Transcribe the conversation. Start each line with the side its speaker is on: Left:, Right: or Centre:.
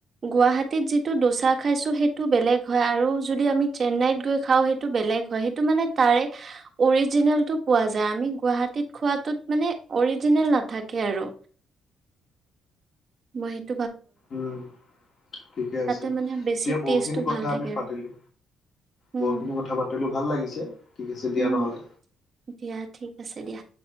Right: গুৱাহাটীত যিটো দচা খাইছো সেইটো বেলেগ হয়, আৰু যদি আমি চেন্নাইত গৈ খাওঁ সেইটো বেলেগ হয়, সেইটো মানে তাৰে অৰিজিনেলটো পোৱা যায়, আমি গুৱাহাটীত খোৱাটোত মানে অৰিজিনেল নাথাকে আৰু। মহিত
Left: উম, ঠিকে আছে,
Right: তাতে মানে বেছি
Left: এতিয়া বহুখিনি
Right: টেষ্টটো
Left: কথা
Right: ভাল থাকে
Left: আমি পাতিলো,
Right: আৰু উম
Left: বহুখিনি কথা পাতিলো। ভাল লাগিছে, ঠিক আছে দিয়া
Right: উম
Left: নহ'লে।
Right: দিয়া ঠিক আছে দিয়া।